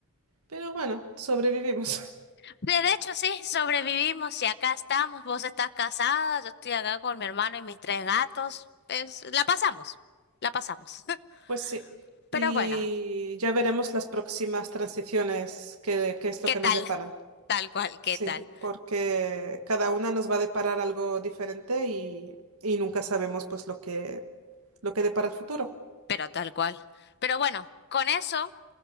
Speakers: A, on the right; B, on the left.
A: pero bueno, sobrevivimos. <laughs>
B: Sí, de hecho, sí, sobrevivimos y acá estamos. Vos estás casada, yo estoy acá con mi hermano y mis tres gatos. Es- la pasamos, la pasamos. <laughs>
A: Pues sí,
B: Pero
A: y
B: bueno,
A: ya veremos las próximas transiciones, qué, qué es lo
B: ¿qué
A: que
B: tal?
A: nos deparan.
B: Tal cual, ¿qué
A: Sí,
B: tal?
A: porque cada una nos va a deparar algo diferente y, y nunca sabemos pues lo que, lo que depara el futuro.
B: Pero tal cual. Pero bueno, con eso